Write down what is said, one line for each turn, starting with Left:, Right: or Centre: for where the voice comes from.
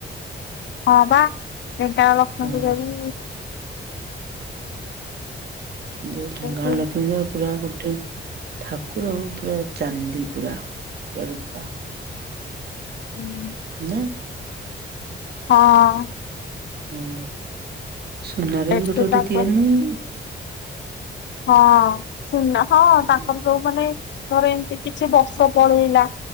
Left: ହଁ ବା ଢେଙ୍କାନାଳ ଲକ୍ଷ୍ମୀ
Right: ହଁ
Left: ପୂଜା ବି
Right: ଯୋଉ ଢେଙ୍କାନାଳ
Left: ବହୁତ
Right: ଲକ୍ଷ୍ମୀ ପୂଜାକୁ ପୁରା ଗୋଟେ ଠାକୁର ପୁରା ଚାନ୍ଦି ପୁରା ପୁରା ରୂପା
Left: ହୁଁ।
Right: ନା।
Left: ହଁ ଅଁ।
Right: ହୁଁ ସୁନାରେ
Left: ଏଠି
Right: ବି ଗୋଟେ ଗୋଟେ
Left: ତାପରେ
Right: ତିଆରି ନୁହଁକି।
Left: ହଁ ସୁନା ହଁ
Right: କି
Left: ତାଙ୍କକର ଯୋଉ ମାନେ ଧରେ କିଛି ବସ ସଫଳ ହେଇଲା